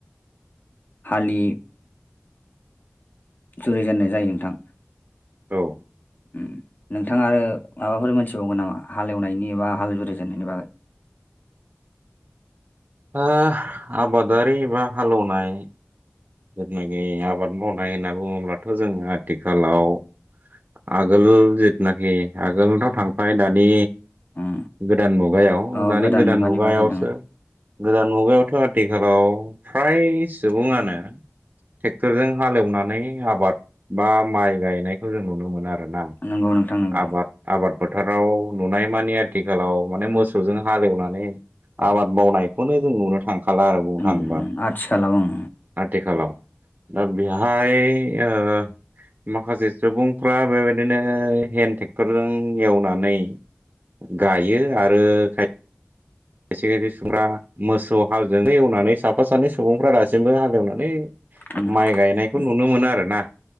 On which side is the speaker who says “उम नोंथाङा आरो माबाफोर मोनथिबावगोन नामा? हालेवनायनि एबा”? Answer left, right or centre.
Left